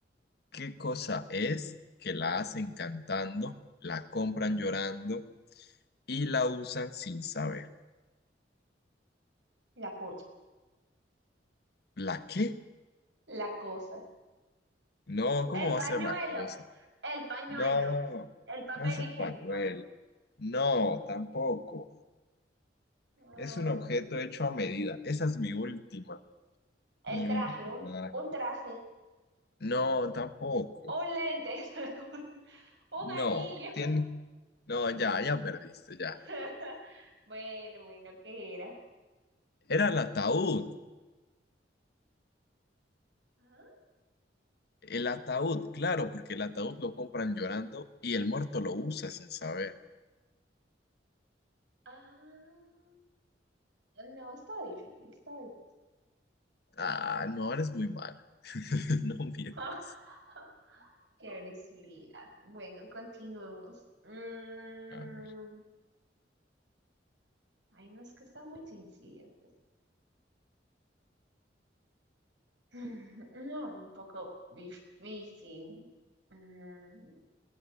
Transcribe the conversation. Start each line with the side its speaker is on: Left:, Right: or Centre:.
Left: ¿Qué cosa es que la hacen cantando, la compran llorando y la usan sin saber?
Right: La cosa.
Left: ¿La qué?
Right: La cosa.
Left: No, ¿cómo
Right: El
Left: va
Right: pañuelo,
Left: a ser la cosa?
Right: el pañuelo,
Left: No,
Right: el papel
Left: no es el
Right: higiénico,
Left: pañuelo. No, tampoco. Es
Right: Ay,
Left: un objeto hecho a medida. Esa es mi última.
Right: el
Left: Mi
Right: traje,
Left: última.
Right: un, un traje,
Left: No, tampoco.
Right: un lente, <laughs> un
Left: No,
Right: anillo.
Left: tiene. No, ya, ya perdiste, ya.
Right: <laughs> Bueno, bueno, ¿qué era?
Left: Era el ataúd.
Right: ¿Ah?
Left: El ataúd,
Right: el-
Left: claro, porque el ataúd lo compran llorando y el muerto lo usa sin saber.
Right: Ah, no, está difícil, está difícil.
Left: Ah, no, eres muy mala. <laughs> No mientas.
Right: <laughs> Qué agresividad. Bueno, continuemos. Mm,
Left: A ver.
Right: ay, no, es que están muy sencillas. <laughs> Mm, No, un poco difícil. Mm,